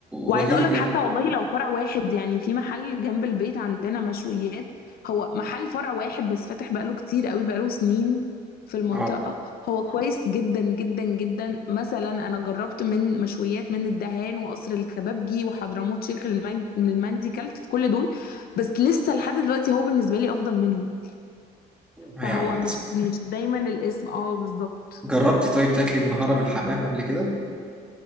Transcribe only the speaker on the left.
وعايزه
اقول لك
حتى والله لو فرع واحد يعني في محل جنب البيت عندنا مشويات هو محل فرع واحد بس فاتح بقاله كتير قوي بقاله سنين في المنطقه
هو كويس جدا جدا جدا مثلا انا جربت من مشويات من الدهان وقصر الكبابجي وحضرموت شيخ المن- المندي كلت في كل دول بس لسه لحد دلوقتي هو بالنسبه لي افضل منهم
فهو
مش مش دايما الاسم اه بالظبط